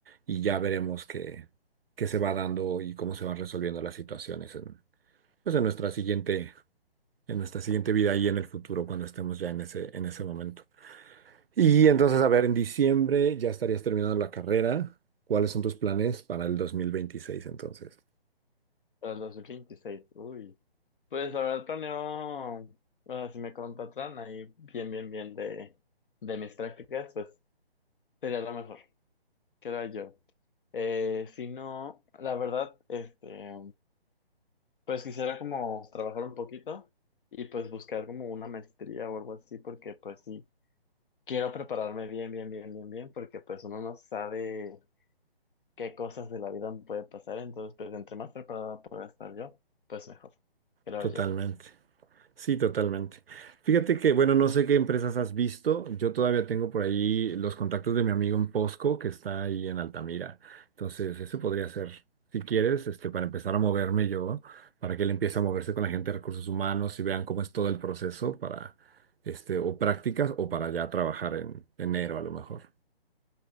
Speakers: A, on the right; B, on the left.
A: y ya veremos que se va dando y cómo se van resolviendo las situaciones en, pues en nuestra siguiente, en nuestra siguiente vida y en el futuro cuando estemos ya en ese, en ese momento. Y entonces, a ver, en diciembre ya estarías terminando la carrera. ¿Cuáles son tus planes para el dos mil veintiséis entonces?
B: Para el 2026, uy. Pues la verdad planeo, o sea, si me contratan ahí bien, bien, bien de, de mis prácticas, pues sería lo mejor, creo yo. Eh, si no, la verdad, este, pues quisiera como trabajar un poquito y pues buscar como una maestría o algo así, porque pues sí, quiero prepararme bien, bien, bien, bien, bien, porque pues uno no sabe qué cosas de la vida puede pasar, entonces pues entre más preparada pueda estar yo, pues mejor, creo
A: Totalmente.
B: yo.
A: Sí, totalmente. Fíjate que, bueno, no sé qué empresas has visto. Yo todavía tengo por ahí los contactos de mi amigo en Posco, que está ahí en Altamira. Entonces, eso podría ser, si quieres, este, para empezar a moverme yo, para que él empiece a moverse con la gente de recursos humanos y vean cómo es todo el proceso para, este, o prácticas o para ya trabajar en enero a lo mejor.